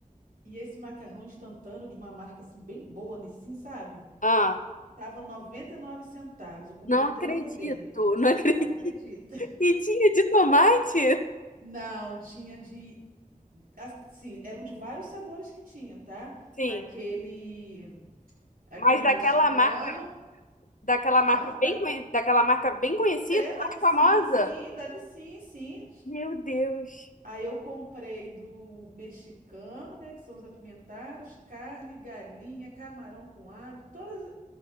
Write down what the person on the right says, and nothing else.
E esse macarrão instantâneo de uma marca assim bem boa, Nissin, sabe?
Tava 99 centavos. Eu comprei
30
dele.
Acredita?
Não, tinha de assim, eram de vários sabores que tinha, tá?
Aquele aquele
mexicano,
hã?
Da-
É,
Dani
Sim, sim, Dani Sim, sim.
Aí eu comprei do mexicano, né, que são os apimentados, carne, galinha, camarão com alho, todas,